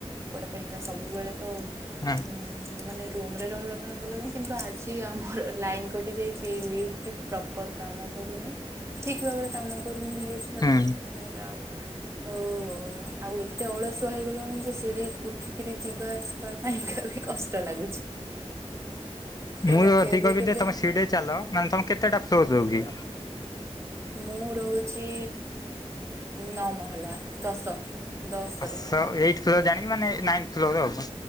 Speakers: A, on the right; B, on the left.
A: କରିବା ପାଇଁ କା ସବୁବୋଳେ ତ ଉଁ
B: ହୁଁ ହୁଁ
A: ମାନେ ରୁମରେ ରହିବା ପାଇଁ ଭଲ ଲାଗେ କିନ୍ତୁ ଆଜି ଆମର ଲାଇନ କଟି ଯାଇଛି ଏଇ ଲିଫ୍ଟ ପ୍ରପର କାମ କରୁନି ଠିକ ଭାବରେ କାମ କରୁନି ଲିଫ୍ଟ ଟା
B: ହୁଁ
A: ତ ସେତେ ଟାଇମ୍ ଆଉ ଆଉ ଆଉ ଏତେ ଅଳସୁଆ ହେଇଗଲୁଣି ଯେ ସିଡି ଉଠିକିରି ଯିବା ଆ ସିବା ପାଇଁ କା ବି କଷ୍ଟ ଲାଗୁଛି। ସେଇଟା
B: ମୁଁ ତ ଏତିିକି
A: କେବେ
B: କହିବି
A: କେବେ
B: ଯେ ତମେ ସିଡିରେ ଚାଲ ମାନେ ତମକୁ କେତେଟା ଫ୍ଲୋର ଦୋଉଚି?
A: ମୁଁ ରୋହୁଛି ନଅ ମହଲା ଦଶ ଦଶରେ।
B: ଶ ଏଇଟ୍ ଫ୍ଲୋର ଜାଣିକି ମାନେ ନାଇନ୍ ଫ୍ଲୋର ଆଉ